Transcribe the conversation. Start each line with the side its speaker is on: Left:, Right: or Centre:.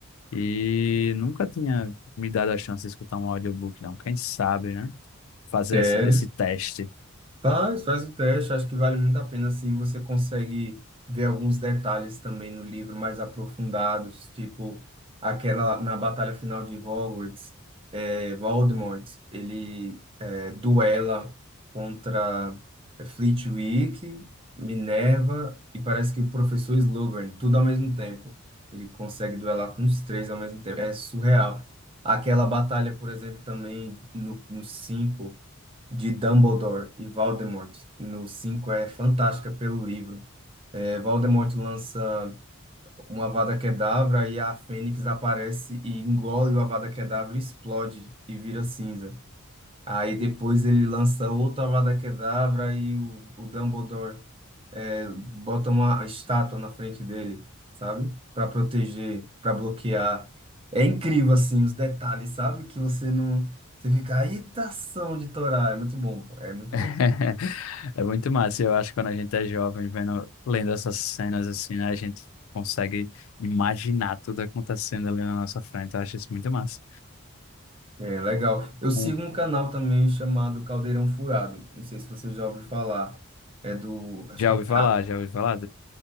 Left: E nunca tinha me dado a chance de escutar um audiobook, não. Quem sabe, né? Fazer
Right: É.
Left: essa- esse teste.
Right: Faz, faz o teste, acho que vale muito a pena, assim, você consegue ver alguns detalhes também no livro mais aprofundados, tipo aquela na batalha final de Hogwarts, é Voldemort, ele eh, duela contra eh, Flitwick, Minerva e parece que o professor Slughorn, tudo ao mesmo tempo. Ele consegue duelar com os três ao mesmo tempo, é surreal. Aquela batalha, por exemplo, também no no 5 de Dumbledore e Voldemort no 5 é fantástica pelo livro. É, Voldemort lança uma Avada Kedavra e a Fênix aparece e engole o Avada Kedavra, e explode e vira cinza. Aí depois ele lança outra Avada Kedavra e o, o Dumbledore é, bota uma estátua na frente dele, sabe? Para proteger, para bloquear. É incrível assim os detalhes, sabe? Que você não, você fica, eita ação de Torá, é muito bom, pô, é muito
Left: <laughs>
Right: bom.
Left: É muito massa. Eu acho que quando a gente é jovem, vendo, lendo essas cenas assim, né, a gente consegue imaginar tudo acontecendo ali na nossa frente. Eu acho isso muito massa.
Right: É, legal. Eu sigo
Left: Um-
Right: um canal também chamado Caldeirão Furado. Não sei se você já ouviu falar. É do, acho
Left: já
Right: que é
Left: ouvi
Right: Ca-
Left: falar, já ouvi falar